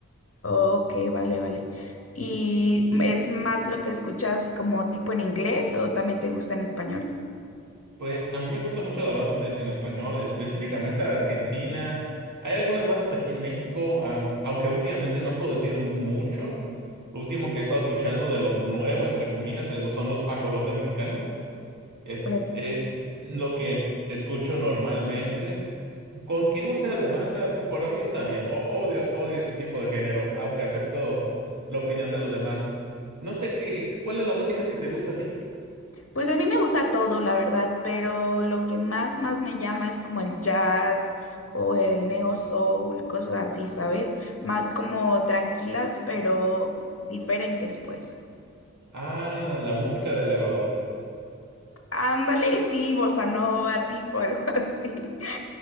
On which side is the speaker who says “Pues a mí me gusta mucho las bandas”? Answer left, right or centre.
Right